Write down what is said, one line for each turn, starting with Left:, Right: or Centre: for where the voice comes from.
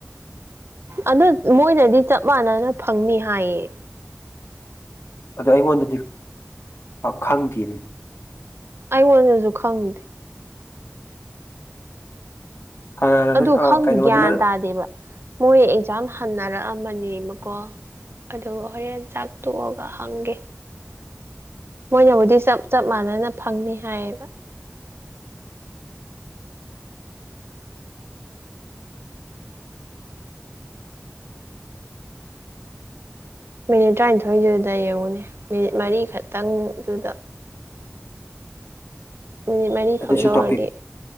Right: ꯑꯗꯨ ꯃꯣꯏꯅꯗꯤ ꯆꯞ ꯃꯥꯟꯅꯅ ꯐꯪꯅꯤ ꯍꯥꯏꯌꯦ
Left: ꯑꯗꯣ ꯑꯩꯉꯣꯟꯗꯗꯤ ꯄꯥꯠ ꯈꯪꯗꯦꯅꯦ
Right: ꯑꯩꯉꯣꯟꯗꯖꯨ ꯈꯪꯗꯦ
Left: ꯀꯅꯥꯅꯣ
Right: ꯑꯗꯨ
Left: ꯑ
Right: ꯈꯪꯗꯦ
Left: ꯀꯩꯅꯣꯗꯨꯅ
Right: ꯒ꯭ꯌꯥꯟ ꯇꯥꯗꯦꯕ ꯃꯣꯏ ꯑꯦꯛꯖꯥꯝ ꯍꯟꯅꯔꯛꯑꯝꯕꯅꯦꯕꯀꯣ ꯑꯗꯨꯒ ꯍꯣꯔꯦꯟ ꯆꯥꯛ ꯇꯣꯛꯑꯒ ꯍꯪꯒꯦ ꯃꯣꯏꯅꯕꯨꯗꯤ ꯆꯞ ꯆꯞ ꯃꯥꯟꯅꯅ ꯐꯪꯅꯤ ꯍꯥꯏꯌꯦꯕ ꯃꯤꯅꯤꯠ ꯇꯔꯥꯅꯤꯊꯣꯏꯗꯨꯗ ꯌꯦꯡꯉꯨꯅꯦ ꯃꯤꯅꯤꯠ ꯃꯔꯤ ꯈꯛꯇꯪꯗꯨꯗ ꯃꯤꯅꯤꯠ ꯃꯔꯤꯈꯛ
Left: ꯇꯗꯁꯨ
Right: ꯂꯧꯔꯗꯤ
Left: ꯇꯣꯄꯤꯛ